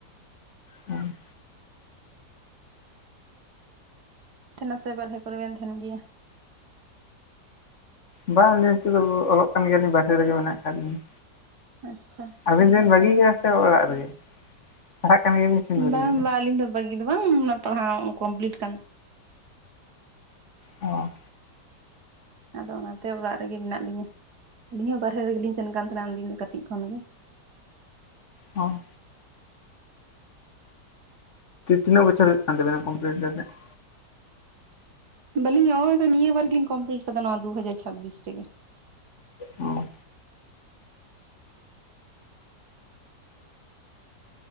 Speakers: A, on the left; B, on the right.
A: ᱦᱮᱸ,
B: ᱛᱟᱦᱮᱸᱱᱟ ᱥᱮ ᱵᱟᱨᱦᱮ ᱠᱚᱨᱮ ᱵᱮᱱ ᱛᱟᱦᱮᱸᱱ ᱜᱮᱭᱟ?
A: ᱵᱟᱝ ᱟᱞᱤᱧ ᱱᱤᱛᱚᱜ ᱫᱚ ᱚᱞᱚᱜ ᱠᱟᱱ ᱜᱮᱭᱟᱞᱤᱧ ᱵᱟᱨᱦᱮ ᱨᱮᱜᱮ ᱢᱮᱱᱟᱜ ᱟᱠᱟᱫ ᱞᱤᱧᱟ᱾
B: ᱟᱪᱪᱷᱟ,
A: ᱟᱹᱵᱤᱱ
B: ᱟᱹᱰᱤ
A: ᱫᱚᱵᱤᱱ
B: ᱱᱟᱯᱟᱭ
A: ᱵᱟᱹᱜᱤᱭ ᱠᱟᱜᱼᱟ ᱥᱮ ᱚᱲᱟᱜ ᱨᱮᱜᱮ? ᱯᱟᱲᱦᱟᱜ ᱠᱟᱱ ᱜᱮᱭᱟᱵᱤᱱ ᱥᱮᱵᱤᱱ
B: ᱵᱟᱝ
A: ᱵᱟᱹᱜᱤ
B: ᱵᱟᱝ ᱟᱹᱞᱤᱧ ᱫᱚ ᱵᱟᱹᱜᱤ ᱫᱚ ᱵᱟᱝ ᱚᱱᱟ ᱯᱟᱲᱦᱟᱣ ᱠᱚᱢᱯᱞᱤᱴ ᱠᱟᱱ
A: ᱚ
B: ᱟᱫᱚ ᱚᱱᱟᱛᱮ ᱚᱲᱟᱜ ᱨᱮᱜᱮ ᱢᱮᱱᱟᱜ ᱞᱤᱧᱟᱹ ᱟᱞᱤᱧ ᱦᱚᱸ ᱵᱟᱨᱦᱮ ᱨᱮᱜᱮ ᱞᱤᱧ ᱥᱮᱱᱠᱟᱱ ᱛᱟᱦᱮᱸᱱᱟ ᱩᱱ ᱫᱤᱱ ᱫᱚ ᱠᱟᱹᱴᱤᱡ ᱠᱷᱚᱱᱜᱮ᱾
A: ᱦᱸ, ᱛᱤᱱᱟᱹ ᱵᱚᱪᱷᱚᱨ ᱦᱩᱭᱩᱜ ᱠᱟᱱ ᱛᱟᱵᱮᱱᱟ ᱠᱚᱢᱯᱞᱤᱴ ᱠᱟᱛᱮᱫ?
B: ᱵᱟᱹᱞᱤᱧ ᱱᱚᱜᱚᱭ ᱛᱚ ᱱᱤᱭᱟᱹ ᱵᱟᱨ ᱜᱮᱞᱤᱧ ᱠᱚᱢᱯᱞᱤᱴ ᱠᱟᱫᱟ ᱱᱚᱣᱟ ᱫᱩ ᱦᱟᱡᱟᱨ ᱪᱷᱟᱵᱵᱤᱥ ᱨᱮᱜᱮ᱾
A: ᱚ